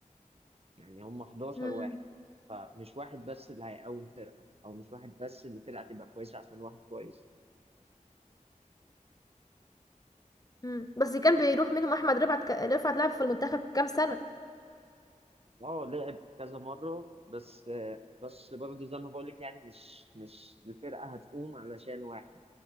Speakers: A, on the right (about 45°); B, on the left (about 25°).
A: يعني هم 11
B: مم.
A: واحد فمش واحد بس اللي هيقوم فرقه او مش واحد بس اللي فرقه تبقى كويسه عشان واحد كويس
B: مم. بس كان بيروح منهم احمد رفعت ك- رفعت لعب في المنتخب كام سنه
A: اه لعب كذا مرة بس بس برضه زي ما بقولك يعني مش مش الفرقة هتقوم علشان واحد